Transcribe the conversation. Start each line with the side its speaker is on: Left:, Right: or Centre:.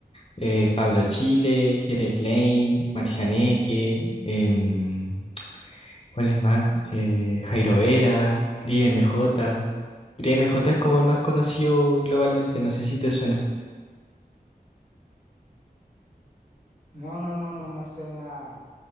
Left: eh, Pablo Chile, Jere Klein, Marcianeque, em, ¿cuál es más? Eh, Jairo Vera, Cris MJ. Cris M J es como el más conocido globalmente, no sé si te suena.
Right: No, no, no, no me suena